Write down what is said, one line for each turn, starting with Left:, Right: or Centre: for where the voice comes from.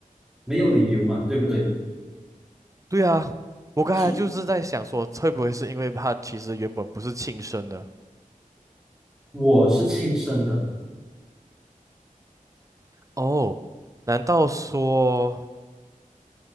Centre: 没有理由嘛，对不对？
Right: 对啊，我刚才就是在想说，
Centre: 是，
Right: 会不会是因为他其实原本不是亲生的？
Centre: 我是亲生的。
Right: 哦，难道说，